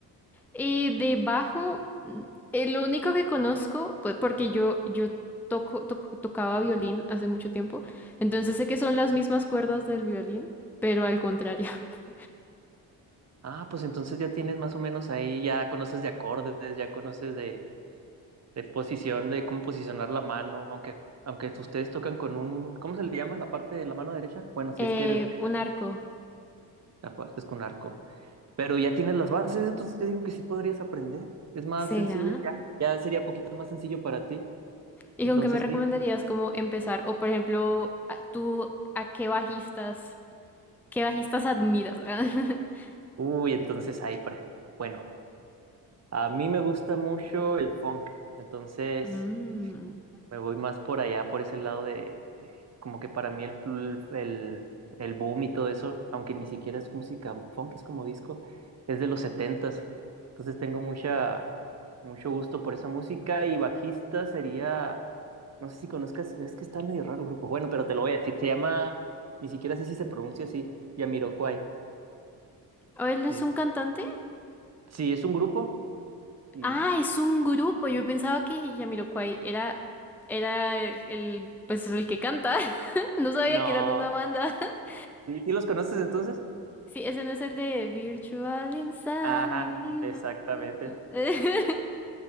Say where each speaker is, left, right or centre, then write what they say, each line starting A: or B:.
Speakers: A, in the centre; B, on the right (about 35°).
A: Y de bajo, mm, el único que conozco, pues porque yo, yo toco, toc- tocaba violín hace mucho tiempo, entonces sé que son las mismas cuerdas del violín, pero al contrario. <laughs>
B: Ah, pues entonces ya tienes más o menos ahí, ya conoces de acordes, ya conoces de, de posición, de cómo posicionar la mano, aunque, aunque ustedes tocan con un, ¿cómo se le llama la parte de la mano derecha? Bueno, si
A: Eh,
B: es que eres derecha,
A: un arco,
B: la parte es con arco. Pero ya tienes las bases, entonces yo digo que sí podrías aprender. Es más
A: ¿será?
B: sencillo ya, ya sería poquito más sencillo para ti.
A: ¿Y
B: Entonces
A: con qué me recomendarías
B: sí.
A: cómo empezar? O por ejemplo, a- tú, ¿a qué bajistas, qué bajistas admiras? <laughs>
B: Uy, entonces ahí, pre- bueno, a mí me gusta mucho el funk, entonces.
A: Mm.
B: Me voy más por allá, por ese lado de, eh, como que para mí el, pl- el, el boom y todo eso, aunque ni siquiera es música funk, es como disco, es de los setentas. Entonces tengo mucha, mucho gusto por esa música y bajista sería, no sé si conozcas, es que está medio raro el grupo. Bueno, pero te lo voy a decir, se llama, ni siquiera sé si se pronuncia así, Yamiroquai.
A: ¿O él es
B: Eh,
A: un cantante?
B: sí, es un grupo y
A: Ah, es un grupo. Yo pensaba que Jamiroquai era, era el, pues el que canta. <laughs> No sabía
B: no,
A: que eran una banda. <laughs>
B: sí, ¿sí los conoces entonces?
A: Sí, ese no es el de Virtual Insanity.
B: Ajá, exactamente.
A: <laughs>